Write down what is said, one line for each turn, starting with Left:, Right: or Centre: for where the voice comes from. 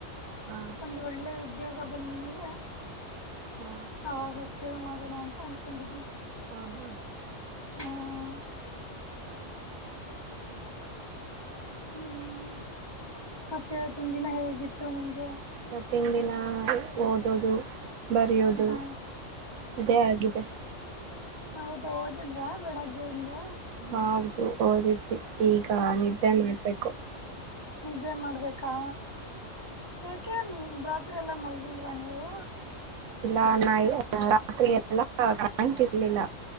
Right: ಹಾ
Left: ಒಂದು ಒಳ್ಳೆ ಉದ್ಯೋಗ ಬಂದ ಮೇಲೆ
Right: ಹಾ
Left: ಅವಾಗ ಚೇವ ಮಾಡೋಣ ಅಂತ ಅನ್ಕೊಂಡಿದೀನಿ
Right: <unintelligible>
Left: ಹ್ಮ್ ಹ್ಮ್ ಮತ್ತೆತ್ತನ್ ದಿನ ಹೇಗಿತ್ತು ನಿಮ್ಗೆ
Right: ಹತ್ತಿನ ದಿನ ಓದೋದು ಬರೋದು
Left: ಹ
Right: ಇದೇ ಆಗಿದೆ
Left: ಹೌದು ಓದಿದ್ರ ಬೆಳಗ್ಗೆದ
Right: ಹೌದು ಓದಿದ್ವಿ ಈಗ ನಿದ್ದೆ ಮಾಡ್ಬೇಕು
Left: ಇದೇ ಮಾಡ್ಬೇಕಾ ಯಾಕೆನ್ ರಾತ್ರಿ ಎಲ್ಲಾ ಮಲ್ಗಿಲ್ವಾ ನೀವು
Right: ಇಲ್ಲ ರಾತ್ರಿ ಎಲ್ಲಾ ಕರೆಂಟ್ ಇರ್ಲಿಲ್ಲ